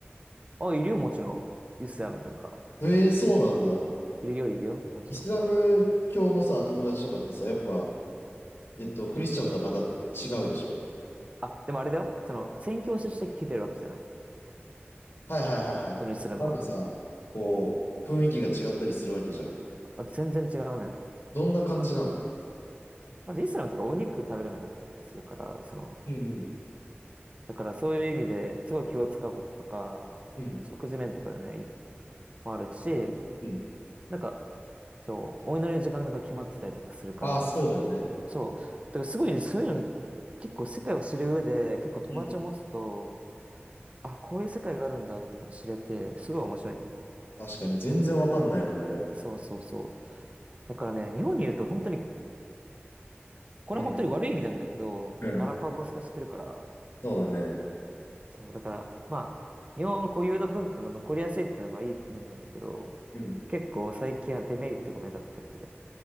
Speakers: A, on the right; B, on the left.
A: あ、いるよ、もちろん。イスラムとか。
B: えー、そうなんだ。
A: いるよ、いるよ、もちろん。
B: イスラム教のさ、友達とかってさ、やっぱ、えっと、クリスチャンとはまた違うでしょ
A: あ、でもあれだよ。その、宣教師として聞いてるわけじゃない。
B: はいはいはいはい。
A: そのイスラムは。
B: なんかさ、こう、雰囲気が違ったりするわけじゃん。
A: あ全然違うね。
B: どんな感じなの
A: まずイスラムとかお肉食べれなかったりとかするから、その、
B: うんうん
A: だからそういう意味ですごい気を使うこととか、
B: うん
A: 食事面とかでね、もあるし、
B: うん
A: なんか、そう、お祈りの時間が決まってたりとかするから、
B: ああ、そうだよね。
A: そ、そう。だからすごいねそういうの、結構世界を知る上で、結構友達を持つと、
B: うん
A: あ、こういう世界があるんだっての知れて、すごい面白いんだよね。
B: 確かに、全然わかんないもん、俺。
A: そうそうそう。だからね、日本にいると本当に、これは本当に悪い意味なんだけど、
B: うん。うん。
A: ガラパゴス化してるから、
B: そうだね。
A: そう、だから、まあ、日本固有の文化が残りやすいってのはいい面なんだけど、
B: うん。
A: 結構最近はデメリットが目立っちゃってる。